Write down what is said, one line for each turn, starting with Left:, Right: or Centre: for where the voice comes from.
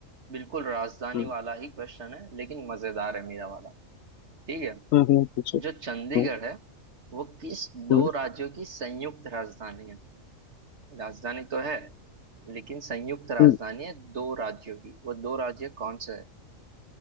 Right: बिल्कुल राजधानी
Left: हम्म
Right: वाला ही क्वेश्चन है लेकिन मजेदार है मेरा वाला ठीक है
Left: हम्म हम्म, पूछो
Right: जो चंडीगढ़
Left: हम्म
Right: है वो किस
Left: हम्म
Right: दो राज्यों की संयुक्त राजधानी है राजधानी तो है लेकिन संयुक्त राजधानी
Left: हम्म
Right: है दो राज्यों की वो दो राज्य कौन से है